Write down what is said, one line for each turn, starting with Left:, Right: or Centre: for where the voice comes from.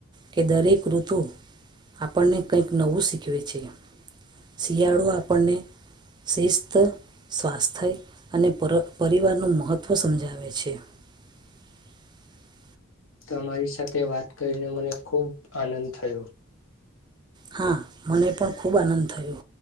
Right: કે દરેક ઋતુ આપણને કંઈક નવું શીખવે છે, શિયાળો આપણને શિસ્ત સ્વાસ્થ્ય અને પર પરિવારનું મહત્ત્વ સમજાવે છે, <inaudible>
Left: તમારી સાથે વાત કરીને મને ખૂબ આનંદ થયો,
Right: હા, મને પણ ખૂબ આનંદ થયો.